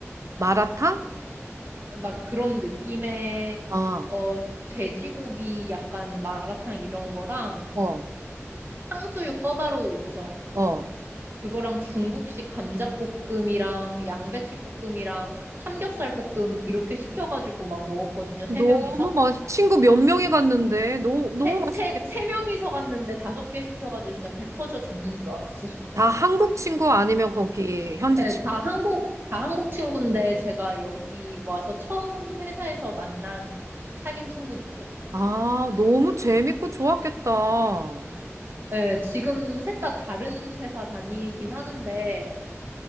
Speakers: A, on the right (about 80°); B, on the right (about 45°).
A: 마라탕?
B: 막 그런 느낌의
A: 아,
B: 어 돼지고기 약간 마라탕 이런 거랑
A: 어,
B: 탕수육 꿔바로우 있죠.
A: 어.
B: 그거랑 중국식 감자볶음이랑 양배추볶음이랑 삼겹살 볶음 이렇게 시켜가지고 막 먹었거든요.
A: 너무
B: 세 명이서.
A: 맛있, 친구 몇 명이 갔는데, 너무, 너무
B: 세,
A: 맛있겠다.
B: 세, 세 명이서 갔는데 다섯 개 시켜가지고 진짜 배 터져 죽는 줄 알았어요.
A: 다 한국 친구 아니면 거기
B: <laughs>
A: 현지
B: 네,
A: 친구.
B: 다 한국, 다 한국 친구인데
A: 친구들.
B: 제가 여기 와서 처음 회사에서 만난 사귄 친구들이요. 었어
A: 아, 너무 재밌고 좋았겠다. 어,
B: 네, 지금 셋 다 다른 회사 다니긴 하는데,